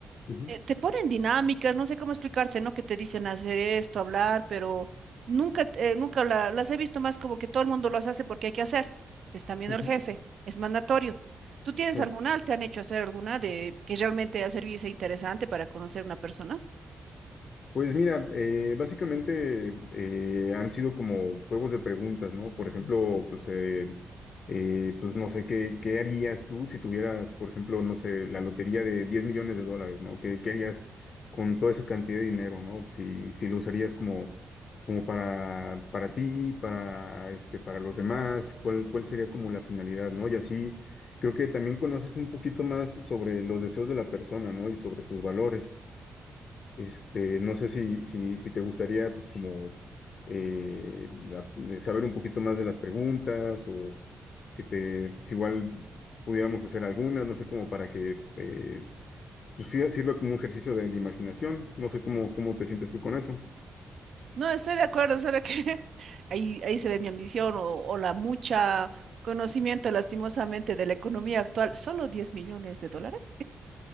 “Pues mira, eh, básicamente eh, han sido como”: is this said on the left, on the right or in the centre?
Left